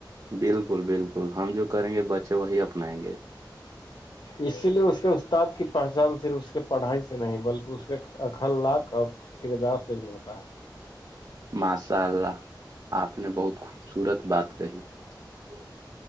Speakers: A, on the right; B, on the left.
A: بالکل بالکل ہم جو کریں گے بچے وہی اپنائیں گے
B: اسی لیے اس کے استاد کی پہچان صرف اس کے پڑھائی سے نہیں بلکہ اس کے اکھل لق کردار سے نہیں ہوتا ہے
A: ماشاء اللہ آپ نے بہت خوبصورت بات کہی ا